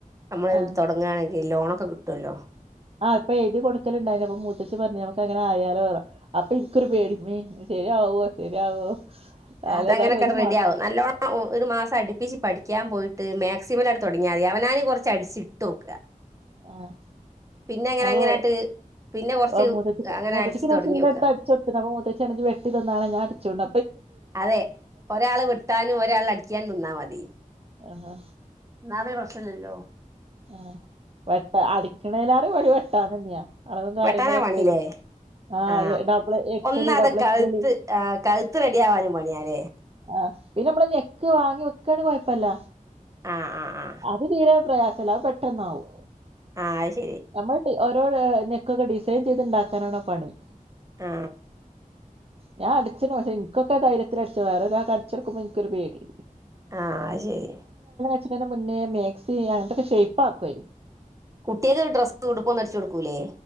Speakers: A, on the right; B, on the right.
A: നമ്മള്
B: ആഹ്
A: തുടങ്ങവാണെങ്കിൽ ലോണ ഒക്കെ കിട്ടുല്ലോ
B: ആഹ്ഇപ്പൊ എഴുതി കൊടുക്കലുണ്ടായിന്പ്പൊ മുത്തശിപറഞ്ഞ് നമ്മുക്ക് അങ്ങനെ ആയാലോ വറ അപ്പൊ എനിക്കൊരു പേടിമേ ശരിയാവോ ശരിയാവോ അതിലേതായാലും
A: അത് അങ്ങനൊക്കെ
B: ഒരു
A: റെഡി
B: മാസം
A: ആകും നല്ലോണം ഒരു മാസം അടുപ്പിച്ച് പഠിക്കാൻ പോയിട്ട് മാക്സിമം തുടങ്ങിയാ മതി അവനാന് കുറച്ച് അടിച്ച് ഇട്ട് നോക്കുക
B: ആഹ്
A: പിന്നെ അങ്ങനെ
B: അപ്പൊ
A: അങ്ങനൊയിട്ട് പിന്നെ കൊറച്ച്
B: ആഹ് മൂത്തച്ചിക്ക്
A: അങ്ങനെ
B: മൂത്തച്ചിക്ക്
A: അടിച്ചു
B: ഞാൻ
A: തൊടങ്ങിനോക്കൂക.
B: ശീലെടുത്ത് അടിച്ചു കൊടുത്ത്ണ് അപ്പൊ മൂത്തച്ചി വെട്ടി തന്നാണ് ഞാൻടിച്ചോളും
A: അതെ ഒരാള് വിട്ടാനും ഒരാൾ അടിക്കാനും നിന്നാ മതി.
B: ആഹ്
A: ഒന്നമതെ പ്രശ്നല്ലില്ലോ
B: ആ വെട്ട് അടി കെണേലാറ് വടി വെട്ടാ തന്നെയാ അളവും കാര്യങ്ങളൊക്കെ
A: വെട്ടാനാ പണില്ലേ
B: ആഹ
A: ആ
B: ഡബിൾ എക്സ്
A: ഒന്നാത്
B: എല് ഡബിൾ
A: കഴുത്ത്
B: എക്സ്ല്എല്
A: ആ കഴുത്ത് റെഡിയാവാനും പണിയാല്ലേ
B: ആ പിന്നെ നമ്മള നഞെക്ക് വാങ്ങി വെക്കാണ് കുഴപ്പില്ല
A: ആ ആ ആ
B: അത് തീരെ പ്രയാസം ചില പെട്ടെന്നാവും
A: ആ അത് ശരി
B: <unintelligible> നോട് നെക്കൊക്കെ ഡിസൈൻ ചെയ്തുണ്ടാക്കാനാണോ പണി
A: ആ
B: ഞാൻ അടിച്ചു പക്ഷേെനൊക്കെ ധൈര്യട്ട വേറെത ആ കടിച്ചെടുക്കുമ്പോ എനിക്കരു പേടി
A: ആ ശരി
B: അ മുന്നേ മേക്സി അങ്ങനത്തൊക്കെ ഷേപ്പ ആക്കുമായിരി
A: കുട്ടികക്ക് ഡ്രസ്സ് കൊടുപ്പന്ന് അരച്ചു കൊടുക്കൂല്ലേ